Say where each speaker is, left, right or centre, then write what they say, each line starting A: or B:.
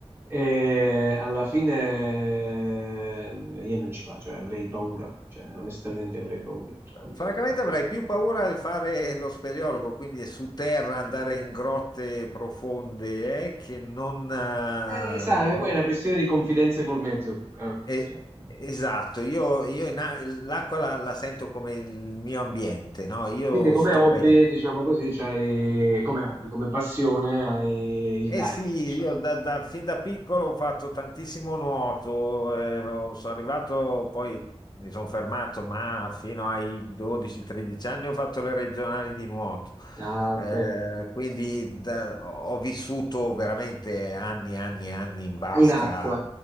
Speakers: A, on the right (about 20°); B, on the left (about 40°).
A: e alla fine eh, io non ci vado, cioè avrei paura, cioè onestamente avrei paura per quanto...
B: Francamente avrei più paura di fare lo speleologo, quindi su terra andare in grotte profonde, eh, che non... eh,
A: Eh, sai,
B: non-
A: poi è una questione di confidenza col mezzo pure. eh.
B: eh,
A: Cioè,
B: esatto, io, io in a- l'acqua la, la sento come il mio ambiente, no? Io
A: quindi come
B: sto
A: hobby,
B: bene.
A: diciamo così, c'hai, come hobby, come passione hai il
B: Eh
A: diving,
B: sì,
A: diciamo.
B: io da, da- fin da piccolo ho fatto tantissimo nuoto, eh, ho- sono arrivato, poi mi sono fermato, ma fino ai 12-13 anni ho fatto le regionali di nuoto.
A: Ah,
B: Eh,
A: ok.
B: quindi da- ho ho vissuto veramente anni e anni e anni in vasca
A: In acqua,